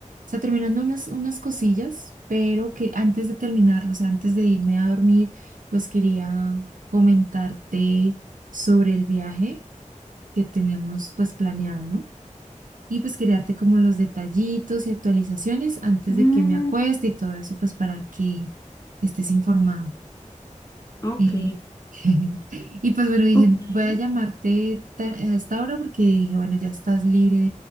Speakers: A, on the right; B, on the left.
A: sea, terminando unas, unas cosillas, pero que antes de terminarlo, o sea, antes de irme a dormir, pues quería comentarte sobre el viaje que tenemos pues planeado, ¿no? Y pues quería darte como los detallitos y actualizaciones antes
B: Mm,
A: de que me acueste y todo eso, pues para que estés informado.
B: ok,
A: Eh, <laughs> Y pues bueno, dije,
B: ok. Sí,
A: voy a llamarte ta- a esta hora porque dije, bueno, ya estás libre